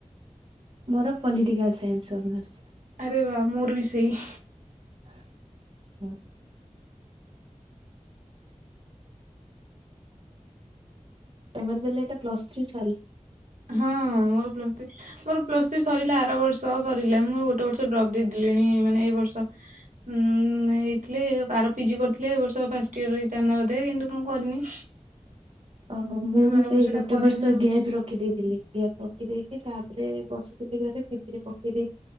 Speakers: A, on the right; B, on the right.
A: ମୋର ପଲିଟିକାଲ ସାଇନ୍ସ ଅନର୍ସ।
B: ଅରେ ବା ମୋର ବି ସେଇ।
A: <inaudible> ଆଉ ତମର ତାହେଲେ ଏଟା ପ୍ଲସଥ୍ରୀ ସଲ
B: ହଁ ମୋର ପ୍ଲସଥ୍ରୀ ମୋର ପ୍ଲସଥ୍ରୀ ସରିଲା ଆର ବର୍ଷ। ତ ସରିଲା ମୋର ଗୋଟେ ବର୍ଷ ଡ୍ରପ ଦେଇଦେଲିଣି ମାନେ ଏଇ ବର୍ଷ। ଉଁ ହେଇଥିଲେ ଆର ପିଜି କରିଥିଲେ ଏ ବର୍ଷ ଫାଷ୍ଟ ଇୟର ହେଇଥାନ୍ତା ବୋଧେ କିନ୍ତୁ ମୁଁ କରିନି?
A: ଓହୋ ମୁଁ ବି
B: ଆର
A: ସେଇ
B: ବର୍ଷଟା
A: ଗୋଟେ
B: କରିନି
A: ବର୍ଷ
B: ଆଉ
A: ଗ୍ୟାପ୍ ରଖିଦେଇଥିଲି ଗ୍ୟାପ୍ ର ବିକି ଦେଇକି ତାପରେ ବସିଥିଲି ଘରେ ଫିରି ଫିରୀ ପକେଇ ଦେଇ